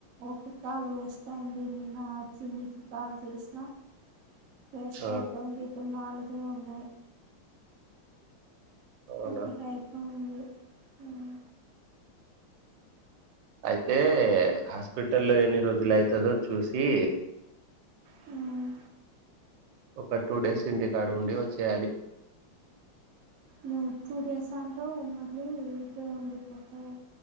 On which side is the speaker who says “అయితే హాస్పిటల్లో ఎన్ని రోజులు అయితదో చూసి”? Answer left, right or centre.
Right